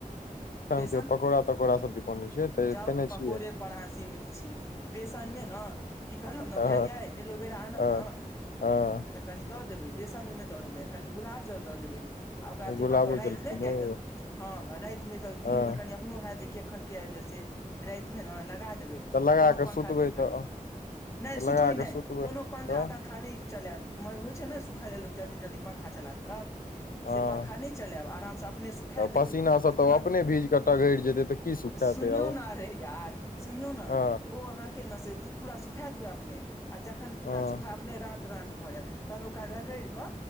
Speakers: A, on the left (about 20°); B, on the left (about 80°).
A: बेसन
B: के पकौड़ा तकौड़ा सब जे बनै छै तऽ
A: जाउ
B: खेने
A: पकौड़े
B: छियै
A: पर अहाँ सीमित छी बेसनमे ने की करब ने
B: हँ
A: बुझलियै एलोवेरा आनब
B: हँ
A: न
B: हँ
A: कनि दऽ देबै बेसन ओहिमे दऽ देबै कनि गुलाब जल दऽ देबै आ काथिक
B: गुलाबो
A: करा
B: जलखिन
A: ऐत ने क
B: ओ
A: हँ राति मे तऽ दिन
B: हँ
A: में कनिखनो हयत जे केखन के आबि जाय से राति मे ने लगा देबे
B: तऽ लगा
A: आ कोनो
B: कऽ
A: पंखा
B: सुतबै
A: तंखा
B: तऽ
A: नहि नहि सुतबै
B: लगा कऽ
A: नहि
B: सुतबै
A: कोनो पंखा
B: तऽ
A: तंखा नहि चलयब मन होइ छै ने सुखालो लोक जल्दी जल्दी पंखा चला देलक
B: हँ
A: से पंखा नहि चलायब आरामसँ अपने सुखा
B: तऽ पसीना
A: देबै
B: सब
A: आ
B: तऽ
A: तहन
B: अपने भीज कऽ टघरि जेतै तऽ की सुखेतै
A: सुनियौ
B: आ ओ
A: ने करे यार सुनियौ ने
B: हँ
A: तऽ ओ अहाँके ने से पूरा सुखा देबए अपने आ जखन पूरा
B: हँ
A: सूखा अपने राँट राँट भऽ जायत तखन ओकरा रगड़ि कऽ